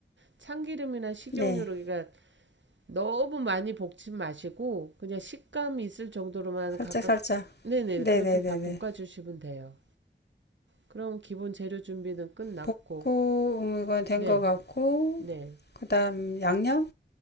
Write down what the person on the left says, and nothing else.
네,
살짝
살짝.
네네네네.
볶고 음, 이건 된
것 같고,
그다음 양념,